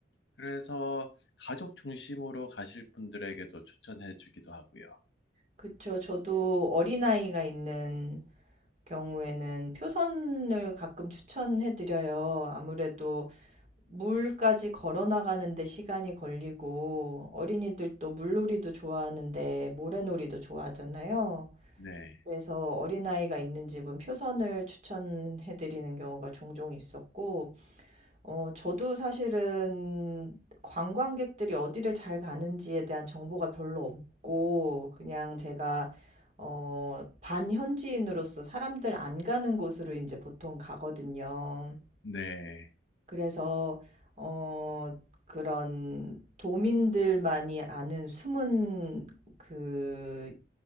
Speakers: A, on the left (about 70°); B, on the right (about 35°).
A: 그래서 가족 중심으로 가실 분들에게도 추천해 주기도 하고요.
B: 그쵸. 저도 어린아이가 있는 경우에는 표선을 가끔 추천해드려요. 아무래도 물까지 걸어 나가는데 시간이 걸리고 어린이들도 물놀이도 좋아하는데 모래놀이도 좋아하잖아요.
A: 네.
B: 그래서 어린아이가 있는 집은 표선을 추천해드리는 경우가 종종 있었고 어, 저도 사실은 관광객들이 어디를 잘 가는지에 대한 정보가 별로 없고, 그냥 제가, 어, 반현지인으로서 사람들 안 가는 곳으로 이제 보통 가거든요.
A: 네.
B: 그래서 어 그런 도민들만이 아는 숨은 그